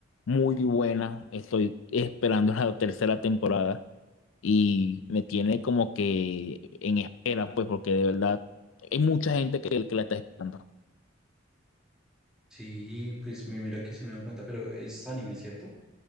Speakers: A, on the left (about 75°); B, in the centre.
A: muy buena, estoy esperando <laughs> la tercera temporada y me tiene como que en espera, pues porque de verdad hay mucha gente que, que la está esperando.
B: Sí, pues me mira que se me da cuenta, pero es anime, ¿cierto?